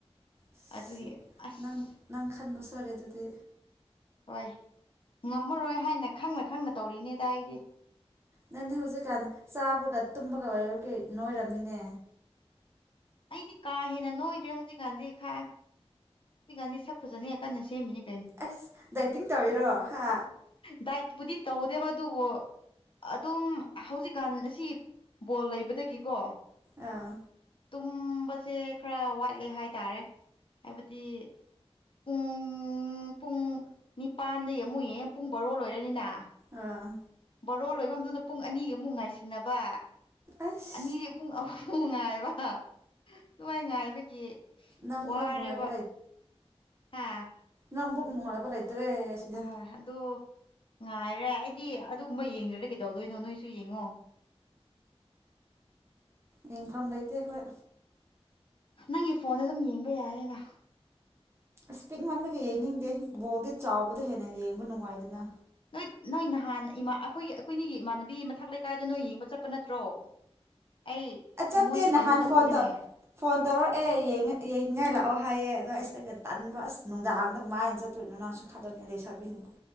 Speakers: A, on the right; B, on the left.
A: ꯁꯤ
B: ꯑꯗꯨꯒꯤ ꯑꯁ
A: ꯅꯪ ꯅꯪ ꯈꯟꯕ ꯁꯣꯏꯔꯦ ꯑꯗꯨꯗꯤ
B: ꯍꯣꯏ ꯉꯝꯃꯔꯣꯏ ꯍꯥꯏꯅ ꯈꯪꯅ ꯈꯪꯅ ꯇꯧꯔꯤꯅꯦꯗ ꯑꯩꯗꯤ
A: ꯅꯪꯅꯦ ꯍꯧꯖꯤꯛꯀꯥꯟ ꯆꯥꯕꯒ ꯇꯨꯝꯕꯒ ꯑꯣꯏꯔ ꯀꯩ ꯅꯣꯏꯔꯕꯅꯤꯅꯦ
B: ꯑꯩꯗꯤ ꯀꯥ ꯍꯦꯟꯅ ꯅꯣꯏꯗ꯭ꯔꯦ ꯍꯧꯖꯤꯛꯀꯥꯟꯗꯤ ꯈꯥ ꯁꯤꯒꯥꯟꯗꯤ ꯁꯛꯐꯖꯅꯤ ꯀꯥꯟꯅ ꯁꯦꯃꯤꯅꯤ
A: ꯑꯁ ꯗꯥꯏꯇꯤꯡ ꯇꯧꯔꯤꯔꯣ ꯍꯥ
B: ꯗꯥꯏꯇꯕꯨꯗꯤ ꯇꯧꯗꯦꯕ ꯑꯗꯨꯕꯣ ꯑꯗꯨꯝ ꯍꯧꯖꯤꯛꯀꯥꯟ ꯑꯁꯤ ꯕꯣꯜ ꯂꯩꯕꯗꯒꯤꯀꯣ
A: ꯑꯥ
B: ꯇꯨꯝꯕꯁꯦ ꯈꯔ ꯋꯥꯠꯂꯦ ꯍꯥꯏꯇꯥꯔꯦ ꯍꯥꯏꯕꯗꯤ ꯄꯨꯡ ꯄꯨꯡ ꯅꯤꯄꯥꯟꯗꯩꯩ ꯑꯃꯨꯛ ꯌꯦꯡ ꯄꯨꯡ ꯕꯥꯔꯣ ꯂꯣꯏꯔꯅꯤꯅ
A: ꯑꯥ
B: ꯕꯣꯔꯣ ꯂꯣꯏꯕ ꯃꯇꯝꯇꯗ ꯄꯨꯡ ꯑꯅꯤ ꯑꯃꯨꯛ ꯉꯥꯏꯁꯤꯟꯅꯕ
A: ꯑꯁ
B: ꯑꯅꯤꯗꯤ ꯄꯨꯡ ꯑꯍꯨꯝ ꯉꯥꯏꯕ ꯗꯨꯃꯥꯏ ꯉꯥꯏꯕꯒꯤ
A: ꯅꯪꯃꯛ
B: ꯋꯥꯔꯦꯕ
A: ꯅꯨꯡꯉꯥꯏꯕ
B: ꯍꯥ
A: ꯅꯪꯕꯨꯛ ꯅꯨꯡꯉꯥꯏꯕ ꯂꯩꯇ꯭ꯔꯦ ꯑꯁꯤꯗ
B: ꯍꯣꯏ ꯑꯗꯨ ꯉꯥꯏꯔꯦ ꯑꯩꯗꯤ ꯑꯗꯨꯒꯨꯝꯕ ꯌꯦꯡꯗ꯭ꯔꯗꯤ ꯀꯩꯗꯧꯗꯣꯏꯅꯣ ꯅꯣꯏꯁꯨ ꯌꯦꯡꯉꯣ
A: ꯌꯦꯡꯐꯝ ꯂꯩꯇꯦ ꯍꯣꯏ
B: ꯅꯪꯒꯤ ꯐꯣꯟꯗ ꯑꯗꯨꯝ ꯌꯦꯡꯕ ꯌꯥꯌꯦꯅ
A: ꯑꯁ ꯄꯤꯛꯃꯟꯕꯒꯤ ꯌꯦꯡꯅꯤꯡꯗꯦ ꯕꯣꯜꯗꯤ ꯆꯥꯎꯕꯗ ꯍꯦꯟꯅ ꯌꯦꯡꯕ ꯅꯨꯡꯉꯥꯏꯗꯅ
B: ꯅꯣꯏ ꯅꯣꯏ ꯅꯍꯥꯟ ꯏꯃꯥ ꯑꯈꯣꯏꯒꯤ ꯑꯈꯣꯏꯅꯤꯒꯤ ꯏꯃꯥꯟꯅꯕꯤ ꯃꯊꯛ ꯂꯩꯀꯥꯏꯗꯣ ꯅꯣꯏ ꯌꯦꯡꯕ ꯆꯠꯄ ꯅꯠꯇ꯭ꯔꯣ ꯑꯩ
A: ꯆꯠꯇꯦ
B: ꯃꯣꯏꯒꯤ
A: ꯅꯍꯥꯟ
B: ꯀꯩꯅꯣꯗ
A: ꯐꯣꯟ
B: ꯎꯋꯦꯅꯦ
A: ꯇꯧ ꯐꯣꯟ ꯇꯧꯔꯛꯑꯦ ꯌꯦꯡꯉꯦ ꯌꯦꯡꯅꯤꯡꯉꯥꯏ ꯂꯥꯛꯑꯣ ꯍꯥꯏꯌꯦ ꯑꯗꯣ ꯑꯁ ꯑꯩꯩꯅ ꯇꯟꯕ ꯑꯁ ꯅꯨꯡꯗꯥꯡꯗ ꯀꯃꯥꯏꯅ ꯆꯠꯇꯣꯏꯅꯣ ꯅꯁꯨ ꯈꯂꯣꯅꯦ ꯂꯩꯁꯥꯕꯤꯅꯕꯨ